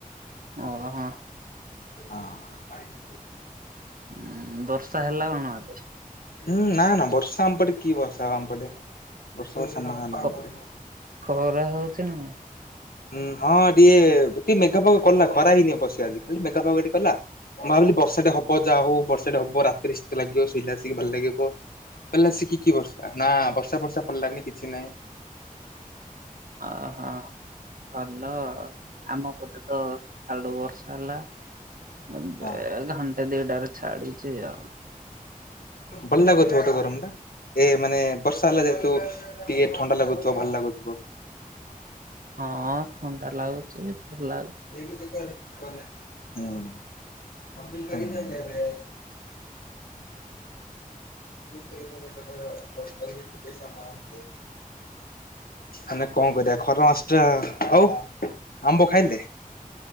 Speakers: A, on the right (about 70°); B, on the left (about 85°).
A: ଓହୋ।
B: ଅହଁ।
A: ଉଁ ବର୍ଷା ହେଲା କଣ ଆଜି?
B: ଉଁ ନା ନା ବର୍ଷା ଆମପଟେ କି ବର୍ଷା ଆଉ ଆମ ପଟେ ବର୍ଷା ନା ନା
A: ଖ
B: ଆମ ପଟେ।
A: ଖରା ହୋଉଚି ନା?
B: ହୁଁ ହଁ ଟିକେ ଟିକେ ମେଘୁଆ ପାଗ କଲା ଖରା ହେଇନି ଅବଶ୍ୟ ଆଜି ଖାଲି ମେଘୁଆପାଗଟେ କଲା। ମୁଁ ଭାବିଲି ବର୍ଷାଟେ ହବ ଯାହା ହଉ ବର୍ଷାଟେ ହବ ରାତିରେ ଶୀତ ଲାଗିବ ଶୋଇଲା ଆସିକି ଭଲ ଲାଗିବ। କଲା ସେ କି କି ବର୍ଷା ନା ବର୍ଷା ଫର୍ଷା ପଡ଼ଲାନି କିଛି ନାହିଁ।
A: ଓହୋ ଭଲ ଆଉ ଆମ ପଟେ ତ ସକାଳଟୁ ବର୍ଷା ହେଲା। ଏବେ
B: ହଁ।
A: ଘଣ୍ଟେ ଦିଇଟାରୁ ଛାଡିଚି ଆଉ।
B: ବଲ ଲାଗୁଥୁବ ତ ଗରମଟା? ଏ ମାନେ ବର୍ଷା ହେଲା ଯେହେତୁ ଟିକେ ଥଣ୍ଡା ଲାଗୁଥିବ ଭଲ ଲାଗୁଥିବ।
A: ହଁ ଥଣ୍ଡା ଲାଗୁଚି ଭଲ୍ ଲା
B: ହୁଁ। କରି ପସା ମାନେ ଦେ ମାନେ କଣ କରିବା ଖରା ମାସ୍ ଟା ହଉ ଆମ୍ବ ଖାଇଲେ।